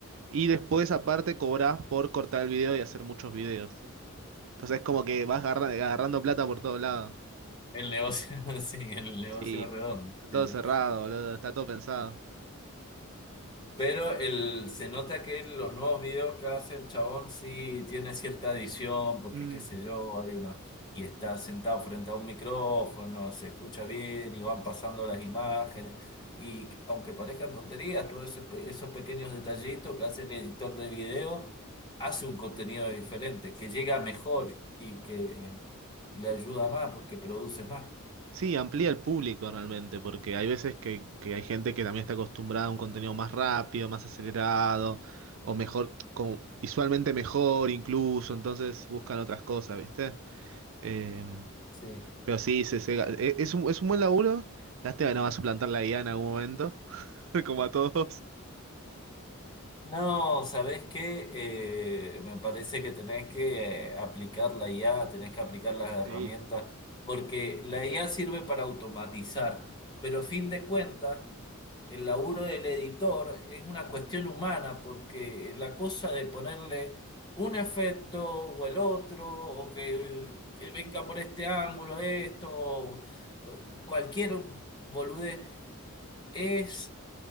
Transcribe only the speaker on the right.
y después aparte cobrás por cortar el video y hacer muchos videos. Entonces es como que vas agarra- agarrando, plata por todos lados.
Sí,
todo
cerrado, boludo, está todo pensado.
Mm.
Sí, amplía el público realmente, porque hay veces que, que hay gente que también está acostumbrada a un contenido más rápido, más acelerado, o mejor, como visualmente mejor incluso, entonces buscan otras cosas, ¿viste? Eh,
pero sí, se, se- e- es un, es un buen laburo. Lástima que no va a suplantar la IA en algún momento, <laughs> como a todos.
Sí.